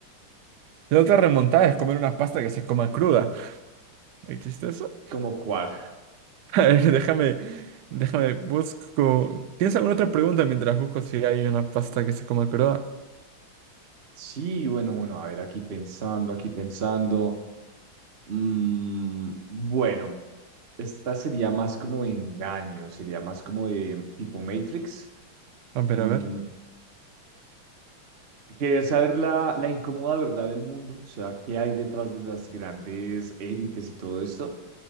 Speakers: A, on the right; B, on the right.
A: La otra remontada es comer una pasta que se coma cruda. ¿Existe eso?
B: ¿Como cuál?
A: <laughs> A ver, déjame, déjame, busco. ¿Tienes alguna otra pregunta mientras busco si hay una pasta que se coma cruda?
B: Sí, bueno, bueno, a ver, aquí pensando, aquí pensando. Mm, bueno, esta sería más como de engaño, sería más como de tipo Matrix.
A: A ver,
B: Mm,
A: a ver.
B: Querer saber la, la incómoda verdad del mundo, o sea, qué hay detrás de las grandes élites y todo esto,